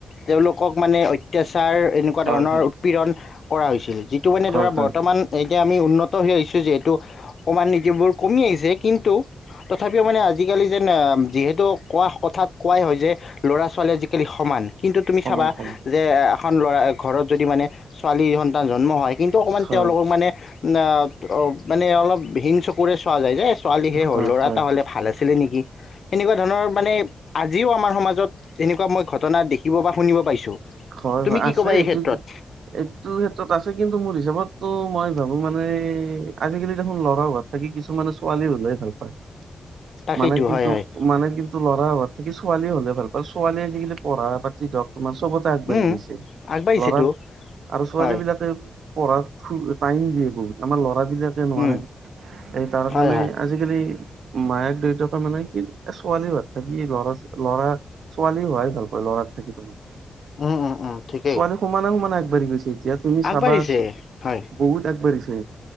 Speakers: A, on the left; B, on the right.
A: তেওঁলোকক মানে অত্যাচা তাৰ এনেকুৱা
B: হয়
A: ধৰণৰ
B: হয়
A: উৎপীড়ন কৰা হৈছিল যিটো মানে
B: হয়
A: ধৰা
B: হয়
A: বৰ্তমান এতিয়া আমি উন্নত হৈ আহিছোঁ যে টো অকণমান নিতিবোৰ কমি আহিছে কিন্তু তথাপিও মানে আজিকালি যেন যিহেতু কোৱা কথাত কোৱাই হয় যে ল'ৰা ছোৱালী আজিকালি সমান কিন্তু তুমি
B: সমান
A: চাবা
B: সমান
A: যে খ ল'ৰা ঘৰত যদি মানে ছোৱালী সন্তান জন্ম হয় কিন্তু অকণমান
B: হয়
A: তেওঁলোকক মানে আ অ মানে অলপ হিং চকুৰে চোৱা যায় যে। ছোৱালী হে হ'ল
B: হয়
A: ল'ৰা
B: হয়
A: এটা হ'লে
B: হয়
A: ভাল আছিলে নেকি সেনেকুৱা ধৰণৰ মানে আজিও আমাৰ সমাজত এনেকুৱা মই ঘটনা দেখিব বা শুনিব পাইছোঁ।
B: হয়
A: তুমি
B: হয়
A: কি
B: আছে
A: ক'বা এই
B: এইটো
A: ক্ষেত্ৰত
B: এইটো ক্ষেত্ৰত আছে কিন্তু মোৰ হিচাপত মই ভাবো মানে আজিকালি দেখোন ল'ৰা হোৱাত থাকি কিছুমানে ছোৱালী হ'লে ভাল পায়।
A: তাকেইতো
B: মনে কিন্ত
A: হয় হয়
B: মানে ল'ৰা হোৱাতকে ছোৱালী হ'লে ভাল পাল ছোৱালী আজিকালি পঢ়া পাতি ধৰক তোমাৰ চবতে আ ঢ়
A: উম,
B: গৈছে
A: আগবাঢ়িছেতো
B: ল'ৰা আৰু ছোৱালী
A: হয়
B: বিলাকে পঢ়াত ফুল টাইম দিয়ে বহুত আমাৰ ল'ৰা এই বিলাকে নোৱাৰে
A: উম,
B: এই তাৰ
A: হয়
B: কাৰণে
A: হয়
B: আজিকালি মায়াক দেউতাকে মানে কি ছোৱালী হোৱাত থাকি ল'ৰা ল'ৰা ছোৱালী হোৱাই ভাল পায় ল'ৰা। থাকে তোমাৰ।
A: উম, উম, উম, ঠিকেই
B: ছোৱালী সমানে সমানে আগবাঢ়ি গৈছে এতিয়া তুমি
A: আগবাঢ়িছে
B: চাবা
A: হয়
B: বহুত আগবাঢ়ি ছে